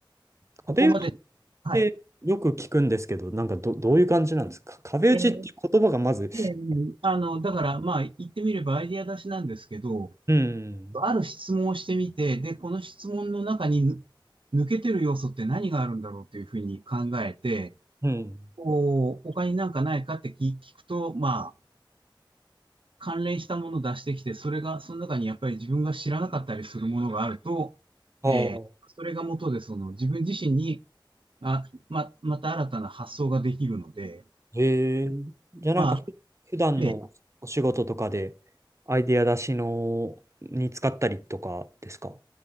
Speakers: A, on the right; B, on the right.
A: あ、壁打ち
B: ここまで、はい。
A: てよく聞くんですけど、なんかど、どういう感じなんですか壁打ちっていう言葉がまず、
B: えええあの、だからまあ、言ってみればアイディア出しなんですけど、
A: うん、
B: ある質問をしてみて、で、この質問の中にぬ抜けてる要素って何があるんだろうというふうに考えて、
A: うん。
B: こう、他になんかないかって聞聞くと、まあ、関連したものを出してきて、それが、その中にやっぱり自分が知らなかったりするものがあると、
A: ああ、
B: えーそれが元で、その自分自身に、あ、ま、また新たな発想ができるので、
A: へえ。じゃあなんかふ、
B: まあ、
A: 普段のお仕事とかで、
B: で
A: アイデア出しの、に使ったりとかですか